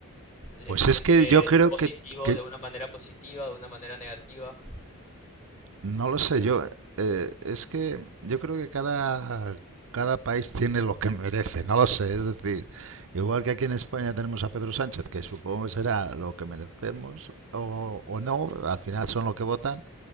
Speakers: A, on the left (about 35°); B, on the right (about 60°).
A: ¿te
B: Pues
A: sientes
B: es que yo creo
A: positivo
B: que, que
A: de una manera positiva, de una manera negativa?
B: No lo sé, yo eh, es que yo creo que cada, cada país tiene lo que merece, no lo sé, es decir, igual que aquí en España tenemos a Pedro Sánchez, que supongo que será lo que merecemos o, o no, al final son lo que votan,